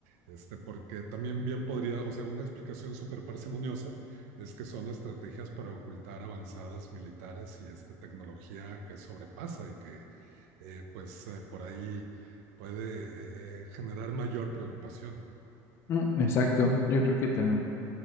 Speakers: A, on the right; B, on the left.
A: este, porque también bien podría, o sea, una explicación súper parsimoniosa es que son estrategias para ocultar avanzadas militares y este, tecnología que sobrepasa y que eh, pues eh, por ahí puede eh, eh, generar mayor preocupación.
B: Mm, exacto, yo creo que también